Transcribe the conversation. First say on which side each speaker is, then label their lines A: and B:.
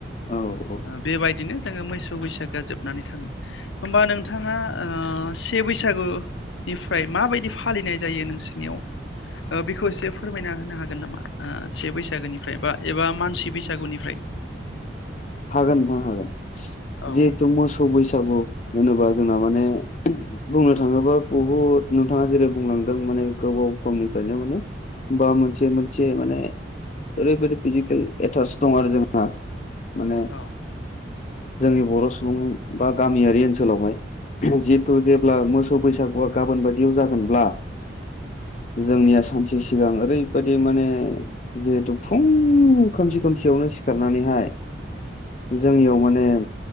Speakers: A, on the left; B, on the left.
A: औ औ
B: बेबायदिनो जोङो मोसौ बैसागो जोबनानै थाङो। होमबा नों नोंथाङा से बैसागुनिफ्राय माबायदि फालिनाय जायो नोंसिनियाव? बेखौ एसे फोरमायना होनो हागोन नामा? से बैसागोनिफ्राय बा एबा मानसि बैसागुनिफ्राय? <inaudible>
A: हागोन नोंथां हागोन।
B: औ
A: जिहेथु मोसौ बैसागु होनोबा जोंना माने बुंनो थाङोबा बहुद नोंथाङा जेरै बुंलांदों माने गोबाव समनिफ्रायनो माने बा मोनसे मोनसे माने ओरैबायदि फिजिकेल एट्स दं आरो जोंहा माने
B: औ
A: जोंनि बर' सुबुं बा गामियारि ओनसोलावहाय जिहेतु
B: नंगौ
A: जेब्ला मोसौ बैसागुआ गाबोन बायदियाव जागोनब्ला जोंनिया सानसे सिगां ओरैबायदि माने जिहेथु फुं खोमसि खोमसियावनो सिखारनानैहाय जोंनियाव माने